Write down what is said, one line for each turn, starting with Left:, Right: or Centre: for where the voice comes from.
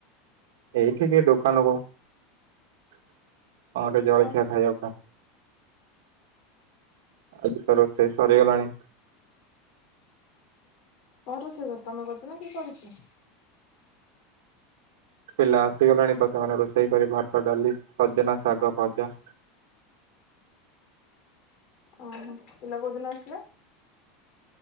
Right: ଏଇଠିକ ଦୋକାନକୁ। କଣ ଗୋଟେ ଜଳଖିଆ
Left: କଣ
Right: ଖାଇଆକୁ। ଆଜି ତ ରୋସେଇ ସରେଗଲାଣି।
Left: କଣ ରୋଷେଇ କର ତମେ କରଛ ନା କିଏ କରିଚି।
Right: ପିଲା ଆସିଗଲେଣି ତ ସେମାନେ ରୋଷେଇ କରି ଭାତ ଡାଲି ସଜନା ଶାଗ ଭଜା।
Left: ଓ ହୋ ପିଲା କୋଉଦିନ ଆସିଲା।